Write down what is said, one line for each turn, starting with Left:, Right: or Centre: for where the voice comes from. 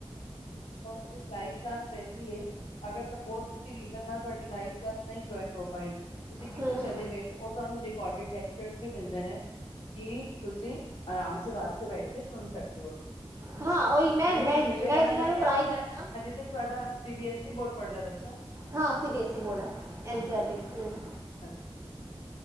Left: ਲਵ ਕਲਾਸ ਰਹਿੰਦੀ ਹੈ ਅਗਰ ਸਪੋ ਰੀਜ਼ ਨਾਲ ਤੁਹਾਡੀ ਲਾਈਫ ਕਲੱਬ ਨਹੀਂ ਜੁਆਇਨ ਹੋ ਪਾਾਈ ਤੁਸੀਂ ਕਿੱਥੇ
Right: ਹੂੰ
Left: ਚਲੇ ਗਏ ਤੇ ਉਹ ਤੁਹਾਨੂੰ ਰਿਕੋਡਿਡ ਲੈਕਚਰਸ ਵੀ ਮਿਲਦੇ ਨੇ ਕਿ ਤੁਸੀਂ ਆਰਾਮ ਸ ਬਾਦ ਚੋਂ ਬੈਠ ਕੇ ਸੁਣ ਸਕਤੀ ਹੋ ਉਹ
Right: ਹਾਂ ਉਹੀ ਮੈਂ
Left: ਮੈਨੂੰ
Right: ਮੈਂ
Left: ਕੁਛ ਮਿਲਲੇਗਾ
Right: ਜਿਨ੍ਹਾਂ
Left: ਨਾ ਮੈਂ
Right: ਨੂੰ
Left: ਕਿਹਾਿਆ
Right: ਟਰਾਈ
Left: ਹੁਣ
Right: ਕੀਤਾ
Left: ਮੈਂ ਅਜਿਤ ਤੇ ਤੁਹਾਡਾ C B S E board ਪੜ੍ਹਦਾ ਬੱਚਾ।
Right: ਹਾਂ ਸੀ ਬੀ ਐੱਸ ਬੋਰਡ ਹੈ ਐਨ ਸੀ ਆਰ ਟੀ ਹਮ
Left: ਹ